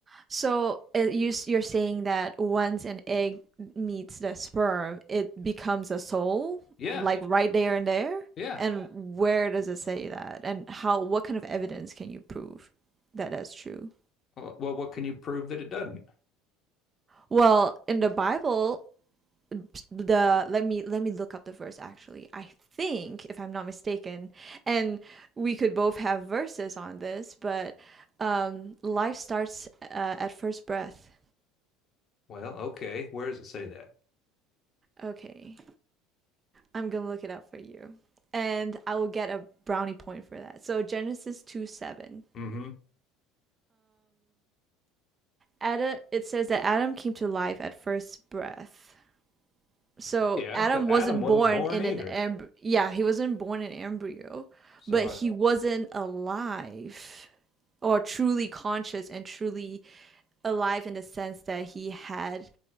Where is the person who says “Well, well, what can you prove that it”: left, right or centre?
Left